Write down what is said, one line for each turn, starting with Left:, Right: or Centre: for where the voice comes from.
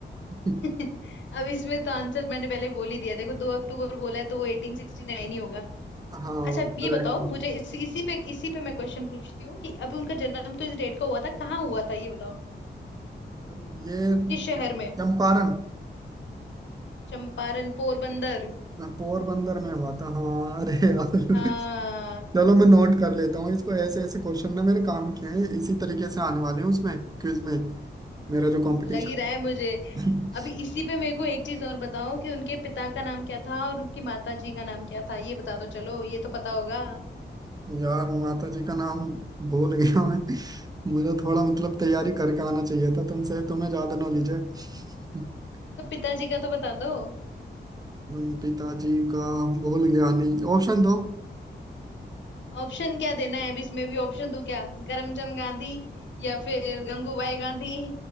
Right: <laughs>
Left: <laughs> अब इसमें तो आंसर मैंने पहले बोल ही दिया देखो दो अक्टूबर बोला है तो वो 1869 ही होगा
Right: हाँ
Left: अच्छा अब ये
Right: करेक्ट
Left: बताओ मुझे इसी इसी पे इसी पे मैं क्वेश्चन पूछती हूँ कि अभी उनका जन्म तो इस डेट का हुआ था कहाँ हुआ था ये बताओ
Right: ये
Left: किस शहर में
Right: चंपारण
Left: चंपारण पोरबंदर
Right: पोरबंदर में हुआ था हाँ अरे यार <laughs>
Left: हाँ
Right: चलो मैं नोट कर लेता हूँ इसको ऐसे ऐसे क्वेश्चन ना मेरे काम के हैं इसी तरीके से आने वाले हैं उसमें क्विज में मेरा जो कंपटीशन
Left: लग ही रहा है मुझे
Right: <laughs>
Left: अभी इसी पे मेरे को एक चीज और बताओ कि उनके पिता का नाम क्या था और उनकी माता जी का नाम क्या था ये बता दो चलो ये तो पता होगा
Right: यार माता जी का नाम भूल गया मैं मुझे थोड़ा मतलब तैयारी करके आना चाहिए था तुमसे तुम्हें ज्यादा नॉलेज है <laughs>
Left: तो पिताजी का तो बता दो
Right: हम्म, पिताजी का भूल गया नहीं ऑप्शन दो
Left: ऑप्शन क्या देना है अभी इसमें भी ऑप्शन दूं क्या करमचंद गांधी या फिर गंगूबाई गांधी